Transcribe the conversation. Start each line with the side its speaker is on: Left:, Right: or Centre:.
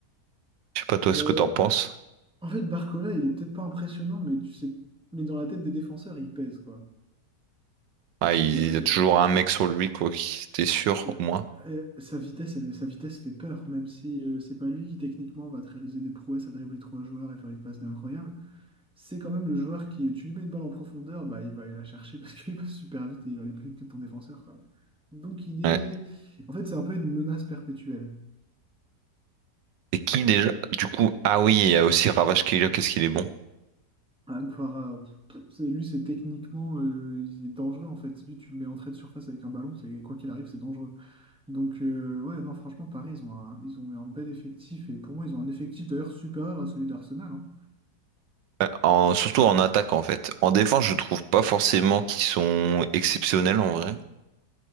Right: Je sais pas toi ce
Centre: Euh,
Right: que t'en penses.
Centre: en fait, Barcola, il est peut-être pas impressionnant, mais tu sais, mais dans la tête des défenseurs, il pèse, quoi.
Right: Ah,
Centre: Parce
Right: il
Centre: que euh,
Right: y a toujours un mec sur lui, quoi, qui t'es sûr,
Centre: euh,
Right: au moins.
Centre: euh, sa vitesse, elle- sa vitesse fait peur, même si euh, c'est pas lui qui techniquement va te réaliser des prouesses à dribbler trois joueurs et faire une passe d'incroyable. C'est quand même le joueur qui, tu lui mets une balle en profondeur, bah, il va aller la chercher parce qu'il passe super vite et il va aller plus vite que ton défenseur, quoi. Donc il est...
Right: Ouais.
Centre: En fait, c'est un peu une menace perpétuelle.
Right: Et qui déjà? Du coup, ah oui, il y a aussi Ravage Killer, qu'est-ce qu'il est bon?
Centre: Aguara, pff, c'est- lui, c'est techniquement, euh, il est dangereux, en fait. Lui, tu le mets entrée de surface avec un ballon, c'est quoi qu'il arrive, c'est dangereux. Donc, euh, ouais, non, franchement, Paris, ils ont un, ils ont eu un bel effectif. Et pour moi, ils ont un effectif d'ailleurs supérieur à celui d'Arsenal. hein.
Right: Euh, En, surtout en attaque, en fait. En défense, je trouve pas forcément qu'ils sont exceptionnels, en vrai.